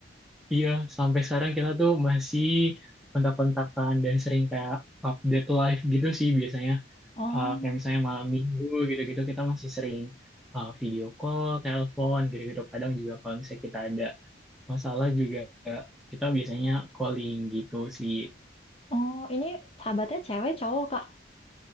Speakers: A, in the centre; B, on the left (about 30°).
A: iya sampai sekarang kita tuh masih kontak-kontakan dan sering kayak update live gitu sih biasanya.
B: oh,
A: eh, kayak misalnya malam minggu gitu-gitu kita masih sering eh, video call, telepon gitu-gitu. Kadang juga kalau misalnya kita ada masalah juga eh, kita biasanya calling gitu sih.
B: oh, ini sahabatnya cewek cowok Kak?